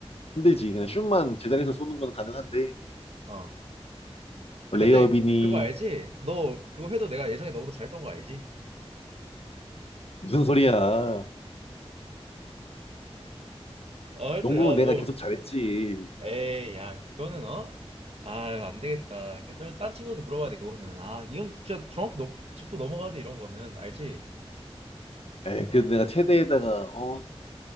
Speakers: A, on the left; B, on the right.
A: 힘들지. 그냥 슛만 제자리에서 쏘는 건 가능한데
B: 어. 아,
A: 뭐
B: 근데
A: 레이업이니
B: 그거 알지? 너 그거 해도 내가 예전에 너보다 잘했던 거 알지?
A: 무슨 소리야.
B: 아, 하여튼
A: 농구는
B: 야,
A: 내가
B: 너
A: 계속 잘했지.
B: 에이, 야, 그거는 어? 아, 안 되겠다. 그딴 딴 친구한테 물어봐야 돼, 그거는. 아, 이건 진짜 정확히 너, 짚고 넘어가야 돼, 이런 거는. 알지?
A: 에이, 그래도 내가 체대에다가 어